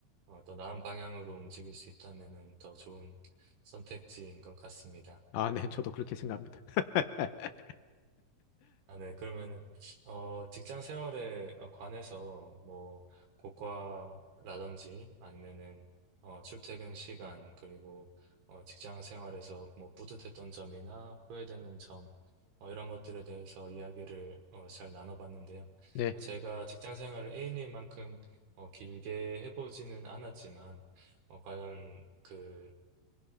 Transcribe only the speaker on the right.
어, 더 나은 방향으로 움직일 수 있다면은 더 좋은 선택지인 것 같습니다.
아, 네. 그러면은, 어, 직장 생활에 관해서, 뭐, 고과라든지, 아니면은, 어, 출퇴근 시간, 그리고, 어, 직장 생활에서 뭐, 뿌듯했던 점이나 후회되는 점, 어, 이런 것들에 대해서 이야기를, 어, 잘 나눠봤는데요.
어, 제가 직장 생활을 A님만큼, 어, 길게 해보지는 않았지만, 어, 과연 그,